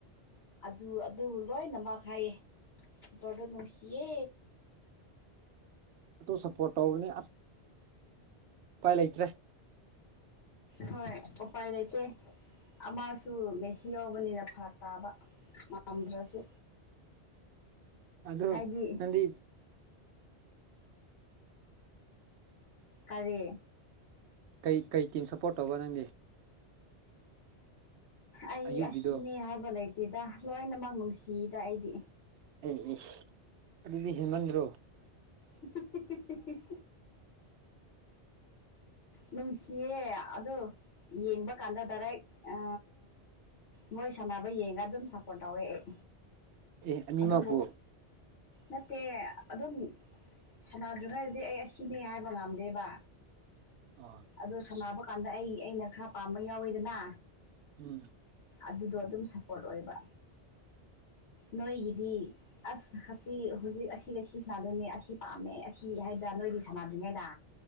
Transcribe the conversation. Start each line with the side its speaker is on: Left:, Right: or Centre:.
Left: ꯑꯗꯨ ꯑꯗꯨ ꯂꯣꯏꯅꯃꯛ ꯍꯥꯏꯌꯦꯄꯣꯔꯗꯣ ꯅꯨꯡꯁꯤꯌꯦ
Right: <inaudible> ꯇꯣ ꯁꯞꯄꯣꯔꯠ ꯇꯧꯒꯅꯤ ꯑꯁ ꯎꯄꯥꯏ ꯂꯩꯇ꯭ꯔꯦ
Left: ꯍꯣꯏ ꯎꯄꯥꯏ ꯂꯩꯇ ꯑꯃꯁꯨ ꯃꯦꯁꯤ ꯌꯥꯎꯕꯅꯤꯅ ꯐꯔꯛ ꯇꯥꯕ ꯌꯥꯝꯝꯗ꯭ꯔꯁꯨ
Right: ꯑꯗꯨ
Left: ꯍꯥꯏꯗꯤ
Right: ꯅꯪꯗꯤ
Left: ꯀꯔꯤ
Right: ꯀꯩ ꯀꯩ ꯇꯤꯝ ꯁꯞꯄꯣꯔꯠ ꯇꯧꯕ ꯅꯪꯒꯤ
Left: ꯑꯩ
Right: ꯑꯌꯨꯛꯀꯤꯗꯣ
Left: ꯑꯁꯤꯅꯦ ꯍꯥꯏꯕ ꯂꯩꯇꯦꯗ ꯂꯣꯏꯅꯃꯛ ꯅꯨꯡꯁꯤꯗ ꯑꯩꯗꯤ
Right: ꯑꯩ ꯑꯗꯨꯗꯤ ꯍꯦꯃꯟꯗ꯭ꯔꯣ
Left: ꯄꯤꯛ ꯄꯤꯛꯛꯇꯤꯛ ꯄꯤꯛ ꯅꯨꯡꯁꯤꯌꯦ ꯑ ꯌꯦꯡꯕ ꯀꯥꯟꯗ ꯗꯥꯏꯔꯦꯛ ꯑ ꯃꯣꯏ ꯁꯥꯟꯅꯕ ꯌꯦꯡꯉꯒ ꯑꯗꯨꯝ ꯁꯞꯄꯣꯔꯠ ꯇꯧꯋꯦ ꯑꯩ
Right: ꯑꯦ ꯑꯅꯤꯃꯛ
Left: ꯑꯗꯨꯕꯨ
Right: ꯄꯨꯣ
Left: ꯅꯠꯇꯦ ꯑꯗꯨꯝ ꯁꯗ꯭ꯔꯔꯤ ꯍꯥꯏꯔꯗꯤ ꯑꯩ ꯑꯁꯤꯅꯦ ꯍꯥꯏꯕ ꯉꯝꯗꯦꯕ
Right: ꯑꯥ
Left: ꯑꯗꯣ ꯁꯥꯟꯅꯕ ꯀꯥꯟꯗ ꯑꯩ ꯑꯩꯅ ꯈꯔ ꯄꯥꯝꯕ ꯌꯥꯎꯋꯤꯗꯅ
Right: ꯎꯝ
Left: ꯑꯗꯨꯗꯣ ꯑꯗꯨꯝ ꯁꯞꯄꯣꯔꯠ ꯑꯣꯏꯕ ꯅꯣꯏꯒꯤꯗꯤ ꯑꯁ ꯑꯁꯤ ꯍꯧꯖꯤꯛ ꯑꯁꯤꯒ ꯁꯤ ꯁꯅꯗꯣꯏꯅꯦ ꯑꯁꯤ ꯄꯥꯝꯃꯦ ꯑꯁꯤ ꯍꯥꯏꯗ꯭ꯔꯥ ꯅꯣꯏꯗꯤ ꯁꯅꯥꯗ꯭ꯔꯤꯉꯩꯗ